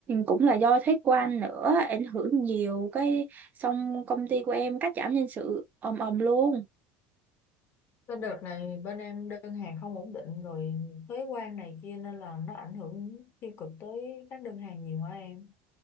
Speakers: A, on the right; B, on the left.
A: cũng là do thuế quan nữa ảnh hưởng nhiều cái xong công ty của em cắt giảm nhân sự ầm ầm luôn.
B: Cái đợt này bên em đơn hàng không ổn định rồi thuế quan này kia nên là nó ảnh hưởng tiêu cực tới các đơn hàng nhiều hả em?